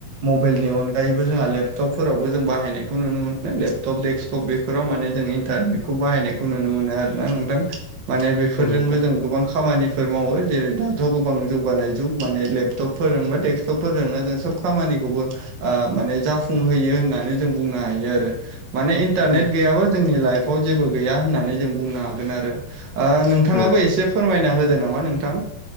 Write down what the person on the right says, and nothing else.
मबाइलनि अनगायैबो जोंहा लेपटपफोरावबो जों बाहायनायखौ नुनो मोनो। लेपटप डेक्स सब' बेफोराव माने जों इन्टारनेटखौ बाहायनायखौ नुनो मोनो आरोना नोंथां। माने बेफोरजोंबो
जों गोबां खामानि फोर मावो जेरै दाथ' गोबां जौगानाय जुग माने लेपटपफोरजोंबा डेक्सटपफोरजोंनो जों सब खामानिखौबो आ माने जाफुंहोयो होननानै जों बुंनो हायो आरो माने इन्टारनेट
गैयाबा जोंनि लाइफआव जेबो गैया होननानै जों बुंनो हागोन। आरो ओ नोंथाङाबो
एसे फोरमायना होदो नामा नोंथां